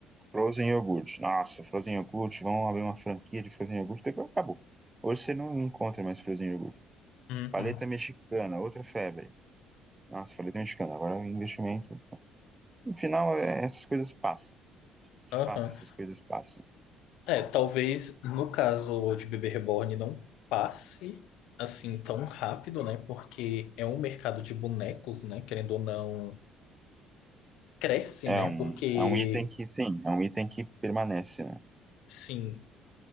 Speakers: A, on the right; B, on the left.
A: Frozen iogurte. Nossa, Frozen iogurte. Vamos abrir uma franquia de Frozen iogurte. Depois acabou. Hoje você não encontra mais Frozen iogurte.
B: Uhum.
A: Paleta mexicana, outra febre. Nossa, paleta mexicana. Agora o investimento. No final, é- essas coisas passam. De
B: Aham.
A: fato, essas coisas passam.
B: É, talvez no caso de Bebê Reborn não passe assim tão rápido, né? Porque é um mercado de bonecos, né? Querendo ou não, cresce,
A: É
B: né?
A: um,
B: Porque,
A: é um item que, sim, é um item que permanece, né?
B: sim,